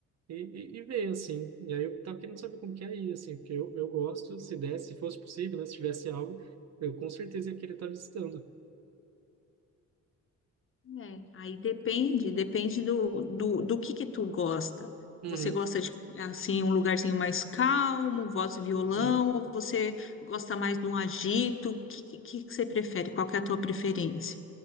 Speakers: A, on the right; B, on the left.
A: E, e, e ver, assim. E aí eu tava querendo saber como que é isso assim, porque eu, eu gosto, se desse, se fosse possível, né, se tivesse algo, eu com certeza ia querer estar visitando.
B: É. Aí depende, depende do, do, do que que tu gosta.
A: Uhum,
B: Você gosta de, assim, um lugarzinho mais calmo, voz e violão,
A: uhum.
B: ou você gosta mais de um agito? O que, que, que você prefere? Qual que é a tua preferência?